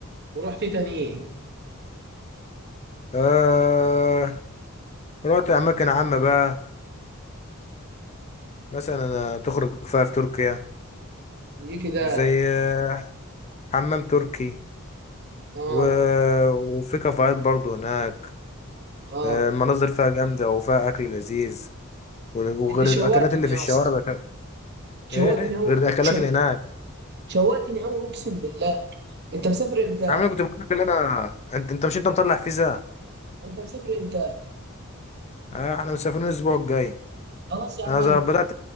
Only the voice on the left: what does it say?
آه... رحت أماكن عامة بقى مثلا تخرج فيها في تركيا
زي آه، حمام تركي
و... وفي كافيهات برضو هناك
آه، المناظر فيها جامدة وفيها أكل لذيذ و- وغير
الأكلات اللي في
الشوارع
بقى- إيه
غير الأكلات
اللي هناك
يا عم أنا كنت بقول لك اللي انا انت انت مش انت مطلع فيزا
آه احنا مسافرين الاسبوع الجاي
انا
ز- بدات